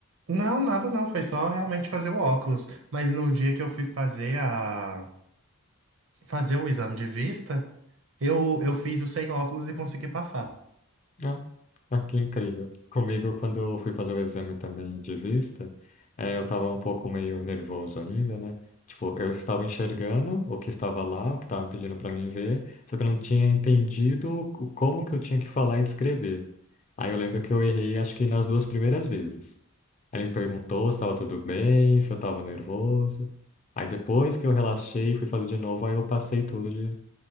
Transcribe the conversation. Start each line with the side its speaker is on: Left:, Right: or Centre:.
Right: não, nada não, foi só realmente fazer o óculos. Mas no dia que eu fui fazer a, fazer o exame de vista, eu, eu fiz o sem óculos e consegui passar.
Left: Ah, ah, que incrível. Comigo, quando eu fui fazer o exame também de vista, eh, eu estava um pouco meio nervoso ainda, né? Tipo, eu estava enxergando o que estava lá, o que estavam pedindo para mim ver, só que eu não tinha entendido o- como que eu tinha que falar e descrever. Aí eu lembro que eu errei, acho que nas duas primeiras vezes. Ele me perguntou se estava tudo bem, se eu estava nervoso. Aí depois que eu relaxei e fui fazer de novo, aí eu passei tudo de,